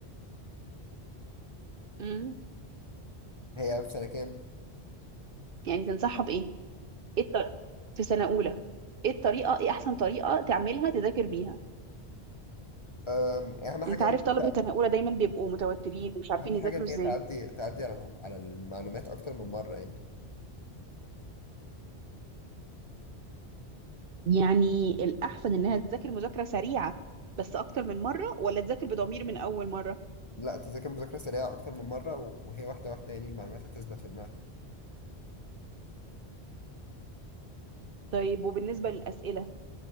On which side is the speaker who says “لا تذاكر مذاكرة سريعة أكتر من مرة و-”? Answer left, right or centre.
Left